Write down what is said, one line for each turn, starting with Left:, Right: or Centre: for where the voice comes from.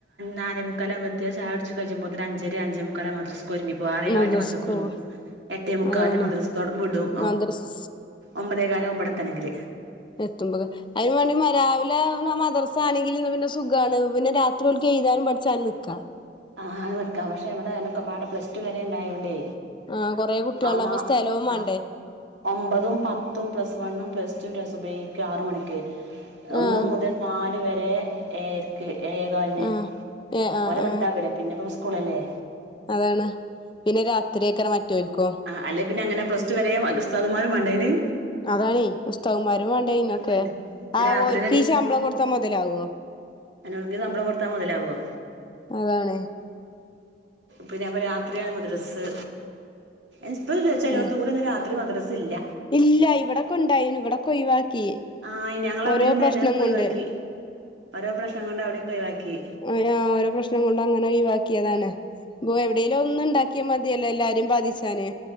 Right: നാലേ മുക്കാലായി എത്തിയാൽ ചായകുടിച്ച് കഴിയുമ്പോത്തിന് അഞ്ചര അഞ്ചേ മുക്കാലായ മദ്രസക്കും ഒരുങ്ങിപ്പോ ആറ
Left: മദ്രസ്ക്ക്
Right: കാലിൻ മദ്രസ തുടങ്ങും
Left: പോവാ
Right: എട്ടേ മുക്കാലിൻ
Left: അതാണ്
Right: മദ്രസ വിടും
Left: മദ്രസ്
Right: ഒമ്പതേ കാലാവും മ്പടെത്തണമെങ്കിൽ
Left: എത്തുമ്പൊ അതിനുംവേണ്ടി രാവിലെ മദർസ ആണെങ്കില ഇന്നാ പിന്നെ സുഖണ് പിന്നെ രാത്രി ഓലിക്ക് എഴുതാനും പഠിച്ചാനും നിൽക്ക
Right: ആഹ് നിക്കാം പക്ഷെ എവിടെക്കെപാട പ്ലസ ടു വരെ ഉണ്ടായോണ്ടേ
Left: ആഹ് കുറെ കുട്ടികളണ്ടാകുമ്പോ
Right: അതാ
Left: സ്ഥലവും വേണ്ടേ
Right: ആഹ് ഒമ്പതും പത്തും പ്ലസ് വണ്ണും പ്ലസ് ടു രസുബഹിക്കു ആറ മണിക്ക് ഒന്നു
Left: ആഹ്
Right: മുതൽ നാൽവരെ ഏയരക്ക് ഏയകാലിന്
Left: ആഹ് ഏഹ് ആഹ്
Right: ഓലെ
Left: ആഹ്
Right: വിട്ട് പിന്നെപ്പം സ്കൂളല്ലേ
Left: അതാണ് പിന്നെ രാത്രിയക്കര മറ്റോൽക്കോ
Right: ആഹ് അല്ലെ പിന്ന അങ്ങനെ പ്ലസ്ടു വരെ ഉസ്താദുമാരും വേണ്ടതിന്
Left: അതാണേ ഉസ്തമാരും വേണ്ട അയ്നൊക്കെ
Right: വേണ്ടേ
Left: ആ
Right: രാത്രിന്നെ
Left: ഓൽക്ക്
Right: ഡീ
Left: ഈ ശമ്പളം കൊടുത്താ മുതലാവുവോ
Right: അതിനോൽക്ക് ശമ്പളം കൊടുത്താൽ മുതലാവുമോ
Left: അതാണ്
Right: പിന്നെ പ്പൊ രാത്രിയാണ് മദ്രസ് ഇപ്പോ ചേലോടത്
Left: ഉം
Right: കൂടി ഒന്ന് രാത്രി മദ്രസ ഇല്ല
Left: ഇല്ല ഇവിടെ കൊണ്ടായിന ഇവിടെക്ക ഒഴിവാക്കി
Right: ആഹ് ഞങ്ങളവിടെ
Left: ഓരോ
Right: വന്നക്കെ
Left: പ്രശ്നം
Right: ഒഴിവാക്കി
Left: കൊണ്ട്
Right: ഓരോ പ്രശ്നം കൊണ്ട് അവിടെയൊക്കെ ഒഴവാക്കി
Left: ഓ ഓരോ പ്രശ്നം കൊണ്ട് അങ്ങനെ ഒഴിവാക്കിയതാണ് എവിടെലും ഒന്നും ഉണ്ടാക്കിയാൽ മതിയല്ലോ എല്ലാരും ബാധിച്ചാന്